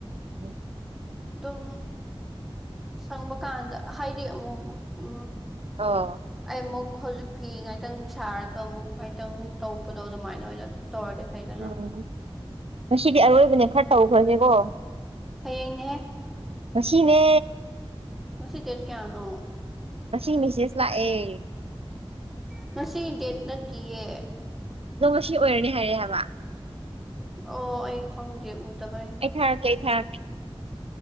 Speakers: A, on the right (about 85°); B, in the centre.
A: ꯎꯝ
B: ꯑꯗꯨꯝ ꯁꯪꯕ ꯀꯥꯟꯗ ꯍꯥꯏꯗꯤ ꯑꯃꯨꯛ ꯎꯝ
A: ꯑꯣ
B: ꯑꯩ ꯑꯃꯨꯛ ꯍꯧꯖꯤꯛ ꯐꯤ ꯉꯥꯏꯥꯛꯇꯪ ꯁꯥꯔꯒ ꯑꯃꯨꯛ ꯉꯥꯏꯇꯪ ꯇꯧꯕꯗꯣ ꯑꯗꯨꯃꯥꯏꯅ ꯑꯣꯏꯅ ꯇꯧꯔꯗꯤ ꯐꯩꯗꯅ
A: ꯑꯣ ꯉꯁꯤꯗꯤ ꯑꯔꯣꯏꯕꯅꯦ ꯈꯔ ꯇꯧꯈ꯭ꯔꯒꯦꯀꯣ
B: ꯍꯌꯦꯡꯅꯦꯍꯦ
A: ꯉꯁꯤꯅꯦ
B: ꯉꯁꯤ ꯗꯦꯠ ꯀꯌꯥꯅꯣ
A: ꯉꯁꯤ ꯃꯦꯁꯦꯁ ꯂꯥꯛꯑꯦ
B: ꯉꯁꯤ ꯗꯦꯠ ꯅꯠꯇꯤꯌꯦ
A: ꯑꯗꯣ ꯉꯁꯤ ꯑꯣꯏꯔꯅꯤ ꯍꯥꯏꯔꯛꯑꯦ ꯍꯥꯏꯕ
B: ꯑꯣ ꯑꯩ ꯈꯪꯗꯦ ꯎꯗꯕꯩ
A: ꯑꯩ ꯊꯥꯔꯛꯀꯦ ꯑꯩ ꯊꯥꯔꯛꯀꯦ